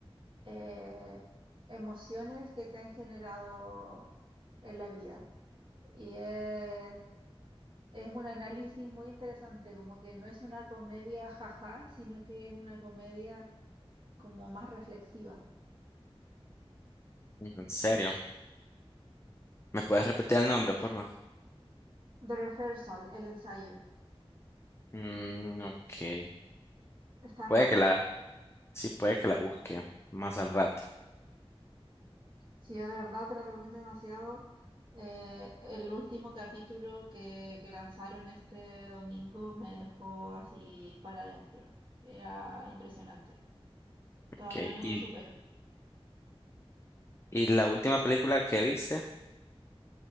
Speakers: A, on the right (about 50°); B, on the left (about 25°).
A: eh, emociones que te han generado en la vida. Y es, es un análisis muy interesante, como que no es una comedia jaja, sino que es una comedia como más reflexiva.
B: Mm, En serio. ¿Me puedes repetir el nombre, por favor?
A: The Rehearsal, el ensayo,
B: Mm, ok.
A: está en
B: Puede
A: Max.
B: que la, sí, puede que la busque más al rato.
A: Si yo de verdad te la recomiendo demasiado. Eh, el último capítulo que, que lanzaron este domingo me dejó así para adentro. Era impresionante. Todavía
B: Okay.
A: no
B: ¿Y,
A: lo supero.
B: y la última película que viste?